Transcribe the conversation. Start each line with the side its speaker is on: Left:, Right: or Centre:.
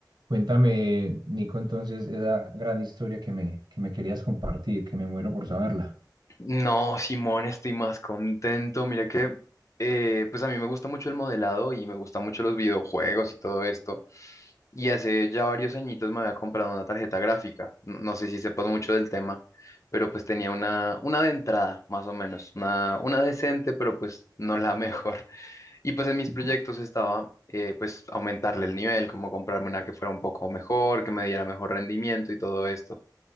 Right: Cuéntame, Nico, entonces esa gran historia que me, que me querías compartir, que me muero por saberla.
Left: No, Simón, estoy más contento. Mira que, eh, pues a mí me gusta mucho el modelado y me gustan mucho los videojuegos y todo esto. Y hace ya varios añitos me había comprado una tarjeta gráfica. No, no sé si sepas mucho del tema, pero pues tenía una, una de entrada, más o menos. Una, una decente, pero pues no la <laughs> mejor. Y pues en mis
Right: Y
Left: proyectos
Right: cu-
Left: estaba, eh, pues aumentarle el nivel, como comprarme una que fuera un poco mejor, que me diera mejor rendimiento y todo esto.